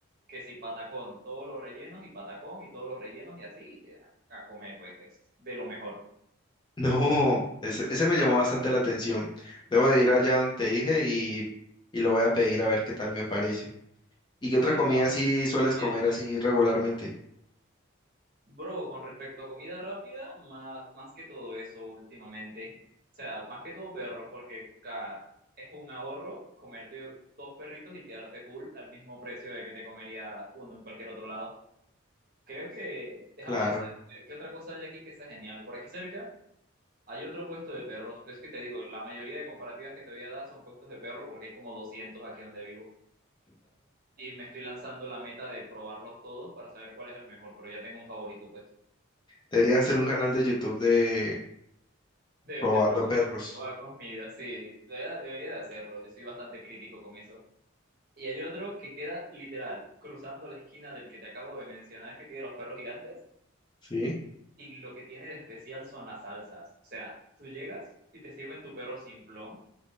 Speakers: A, on the right; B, on the left.
A: que si patacón, todos los rellenos y patacón y todos los rellenos y así a, a comer, pues es de lo mejor.
B: <laughs> No, ese, ese me llamó bastante la atención. Debo de ir allá donde te dije y, y lo voy a pedir a ver qué tal me parece. ¿Y qué otra
A: Sí,
B: comida
A: va,
B: así sueles
A: recomiendo.
B: comer así regularmente?
A: Bro, con respecto a comida rápida, más, más que todo eso últimamente, o sea, más que todo perros, porque ca- es un ahorro comerte dos perritos y quedarte full al mismo precio de que te comerías uno en cualquier otro lado. Creo que, deja
B: Claro,
A: pensar, ¿qué qué otra cosa hay aquí que sea genial? Por aquí cerca Hay otro puesto de perros, pero es que te digo, la mayoría de comparativas que te voy a dar son puestos de perro porque hay como 200 aquí donde vivo y me estoy lanzando la meta de probarlos todos para saber cuál es el mejor, pero ya tengo un favorito pues
B: deberías hacer un canal de YouTube de
A: de,
B: probando
A: de probar
B: perros,
A: toda comida, sí, debería, debería de hacerlo, soy bastante crítico con eso. Y hay otro que queda literal cruzando la esquina del que te acabo de mencionar que tiene los perros gigantes
B: ¿sí?
A: y lo que tiene de especial son las salsas, o sea, tú llegas y te sirven tu perro simplón O